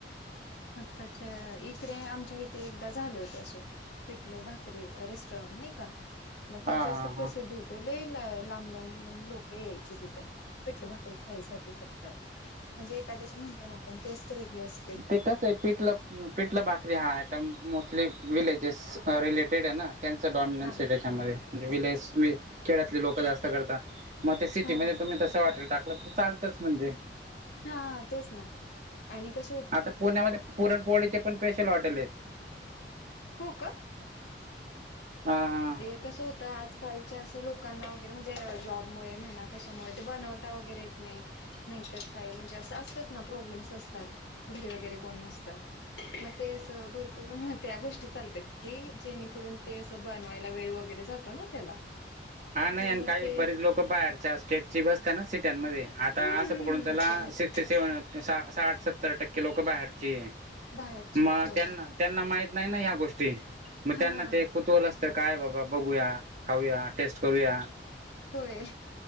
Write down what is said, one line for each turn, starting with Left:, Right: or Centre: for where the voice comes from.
Left: आताच्या इकडे आमच्या इथे एकदा झाले होते असे पिटले भाक री रेस्टॉरंट नाही का मग
Right: हा
Left: ते जास्त
Right: हा
Left: प्रसिद्ध हो लई लांब लांबून लोक यायचे तिथं. पिठली भाकरी खायसाठी फक्त म्हणजे एखाद्याशी म्हणतो ना आपण टेस्ट वेगळी अस
Right: ते कसयं पिटलं अ पिटलं भाकरी हा आयटम मोस्टली विलेजेस रिलेटेड आहे ना. त्यांच डॉमिनन्स
Left: हा हा
Right: आहे त्याच्यामध्ये म्हणजे विलेज खेड़्यातली लोक जास्त करता. मग ते सिटीमध्ये
Left: हा
Right: तुम्ही तसं हॉटेल टाकलं तर चालंतच म्हणजे
Left: हा तेच ना आणि कस
Right: आता पुण्यामध्ये पुरणपोळीचे पण स्पेशल हॉटेल आहेत.
Left: हो का?
Right: हा.
Left: ते कसं होतं आजकालच्या असं लोकांना वगैरे म्हणजे जॉब मुळे म्हणा कशामुळे ते बनवता वगैरे येत नाही. नाहीतर काही म्हणजे असं असतात ना प्रॉब्लेम्स असतात घरी वगैरे कोण नसतं. मग ते असं भरपूर प्रमाणात त्या गोष्टी चालतात की जेणेकरून ते असं बन वेळ वगैरे जातो ना त्याला
Right: हा नाही
Left: कि
Right: आणि
Left: मग
Right: काही
Left: ते
Right: बरीच लोकं बाहेरच्या स्टेटची बसता ना सिट मध्ये आता
Left: हम्म
Right: अस
Left: हम्म
Right: पकडून
Left: हम्म
Right: चला
Left: ते राहतात
Right: सिकष्टी सेवन साठ सत्तर टक्के लोक बाहेरची
Left: बाहेरचे
Right: मग
Left: आहेत होय
Right: त्यांना त्यांना माहित नाही ना ह्या गोष्टी. मग
Left: हा
Right: त्यांना ते कुतुहल असतं काय बाबा बघूया खाऊ या. टेस्ट करूया
Left: होय